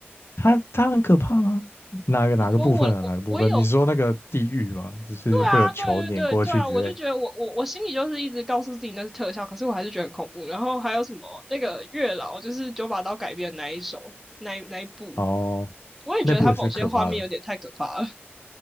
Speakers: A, on the left (about 70°); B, in the centre.
A: 它它很可怕吗？哪个哪个部分啊？
B: 你说我我我有，
A: 哪个部分？你说那个地狱吗？就是会有球碾过去之类。
B: 对啊，对对对对啊，我就觉得我我我心里就是一直告诉自己那是特效，可是我还是觉得很恐怖。然后还有什么那个月老，就是九把刀改编的那一首，那一那一部。
A: 哦，
B: 我也觉得他某些画面有点太可怕了。
A: 那部也是可怕的。